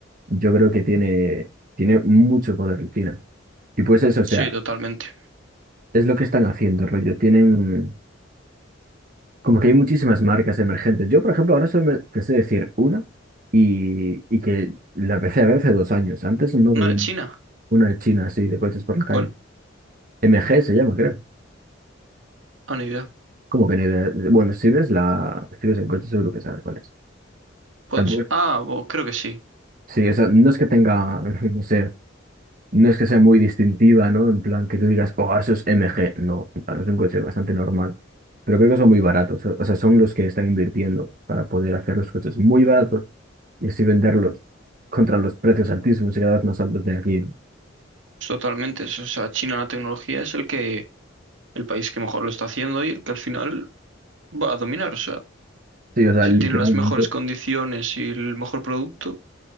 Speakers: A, on the right (about 45°); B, on the right (about 80°).
A: yo creo que tiene, tiene mucho poder China. Y pues eso, o sea,
B: Sí, totalmente.
A: es lo que están haciendo, rollo. Tienen, como que hay muchísimas marcas emergentes. Yo, por ejemplo, ahora solo me te sé decir una y, y que la empecé a ver hace dos años. Antes no
B: ¿No
A: veía
B: de China?
A: una de China así de coches por la calle.
B: ¿Cuál?
A: MG se llama, creo.
B: Ah, ni idea.
A: Como que ni idea. Bueno, si ves la, si ves un coche seguro que sabes cuál es.
B: Puede
A: Tampoco
B: ser.
A: es-
B: Ah, bo- creo que sí.
A: sí, o sea, no es que tenga, <laughs> no sé, No es que sea muy distintiva, ¿no? En plan, que tú digas, oh, eso es MG. No, en plan, es un coche bastante normal. Pero creo que son muy baratos. O o sea, son los que están invirtiendo para poder hacer los coches muy baratos y así venderlos contra los precios altísimos y cada vez más altos de aquí, ¿no?
B: Totalmente. O sea, China en la tecnología es el que, el país que mejor lo está haciendo y el que al final va a dominar. O sea,
A: Sí, o sea,
B: si
A: literalmente.
B: tiene las mejores condiciones y el mejor producto,